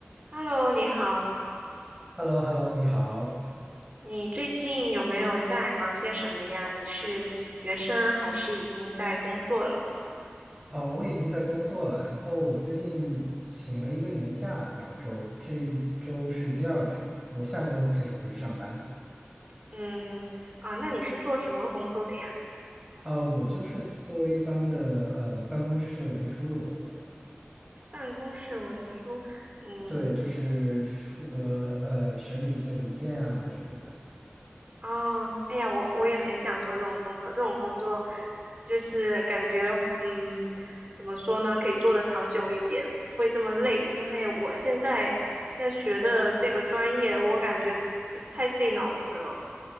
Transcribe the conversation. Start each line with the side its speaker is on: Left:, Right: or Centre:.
Right: Hello，你好，
Centre: h e l l o h e l l o 你好。
Right: 你最近有没有在忙些什么呀？你是学生还是已经在工作了？
Centre: 哦，我已经在工作了，然后我最近请了一个年假，两周，这一周是第二周，我下周开始回去上班。
Right: 嗯，啊，那你是做什么工作的呀？
Centre: 啊、我就是做一般的呃办公室文书的工作，
Right: 办公室文书，嗯，
Centre: 对，就是负责呃审理一些文件啊什么的。
Right: 哦，哎呀，我我也很想做这种工作，这种工作就是感觉，嗯，怎么说呢，可以做得长久一点，不会这么累，因为我现在在学的这个专业，我感觉就太费脑子了。